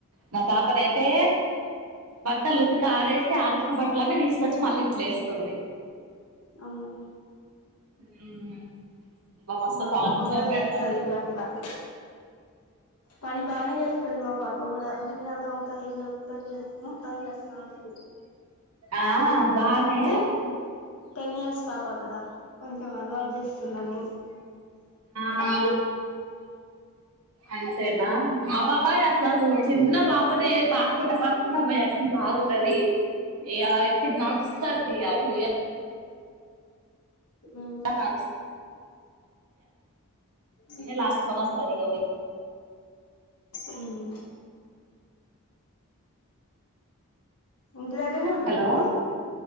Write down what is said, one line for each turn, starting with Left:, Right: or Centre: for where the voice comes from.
Right: మా పాపనయితే బట్టలు ఉతికి ఆరేసి ఆరేసిన బట్టలన్నీ తీసుకొచ్చి మళ్ళీ ఇంట్ల లేస్తుంది.
Left: అవున
Right: హ్మ్ అబ్బా మస్తు
Left: మా
Right: టార్చర్
Left: పాప కూడా చేస్తది
Right: పెడతది
Left: పని బానే పని బ బనే చేస్తది మా పాప కూడా గిన్నెలు తోంతది ఇల్లు ఉడుతది మొత్తం చేస్తా ఉంటది
Right: ఆ ఆ బానే
Left: టెన్ టెన్ ఇయర్స్ పాప కదా కొంచెం అలవాటు చేస్తున్నా నేను
Right: ఆ అంతేనా మా పాప అసలు చిన్న పాపనే పా పాకుట పాక్ కుంట పోయి అలా ఆగుతది ఇయా ఎప్పుడు నడుస్తది అటు ఇగ టూ ఇయ
Left: అ ఉమ్
Right: ఇయర్స్ నడుస్తది అన్ని
Left: ఉమ్
Right: లాక్కొని వస్తది ఇగ పోయి
Left: అవునా ఇంటి దగ్గరనే ఉంటావా
Right: హలో
Left: నువ్వు